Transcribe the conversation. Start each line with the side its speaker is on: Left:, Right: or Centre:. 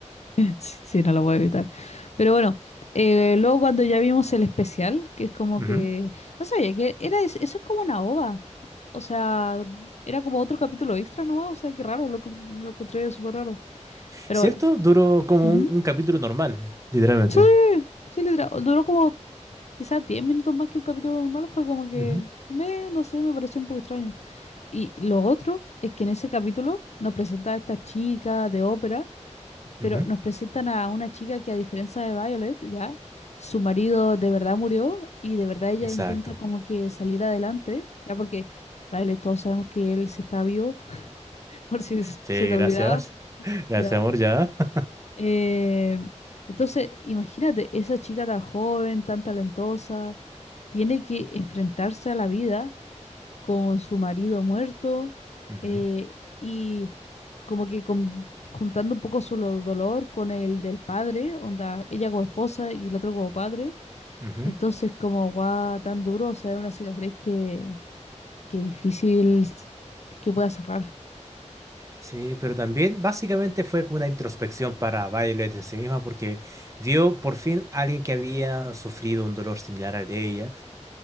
Left: <laughs> Sí, no lo voy a evitar. Pero bueno, eh, luego cuando ya vimos el especial, que es como
Right: Ujú.
Left: que... No sabía que era... es- Eso es como una ova. O sea, era como otro capítulo extra nomás. O sea, qué raro, lo, encont- lo encontré súper raro. Pero
Right: ¿Cierto?
Left: bueno.
Right: Duró como
Left: ujú.
Right: un, un capítulo normal, literalmente.
Left: Sí, sí, literal, duró como quizás 10 minutos más que un capítulo normal. Fue como que,
Right: Ujú,
Left: me, no sé, me pareció un poco extraño. Y lo otro es que en ese capítulo nos presenta a esta chica de ópera pero
Right: ujú.
Left: nos presentan a una chica que a diferencia de Violet, ya, su marido de verdad murió y de verdad ella
Right: Exacto.
Left: intenta como que salir adelante, ya, porque Violet todos sabemos que él sí está vivo, <laughs> por si s-
Right: Sí,
Left: se te
Right: gracias.
Left: olvidaba,
Right: <laughs> Gracias,
Left: ya.
Right: amor, ya. <laughs>
Left: Eh, entonces, imagínate, esa chica tan joven, tan talentosa, tiene que enfrentarse a la vida con su marido muerto
Right: Ujú,
Left: eh, y como que con- juntando un poco su lo- dolor con el del padre, onda, ella como esposa y el otro como padre.
Right: ujú.
Left: Entonces, como guau, tan duro, o sea, es una cicatriz que, que difícil s- que pueda cerrar.
Right: Sí, pero también básicamente fue como una introspección para Violet en sí misma porque vio por fin a alguien que había sufrido un dolor similar al de ella.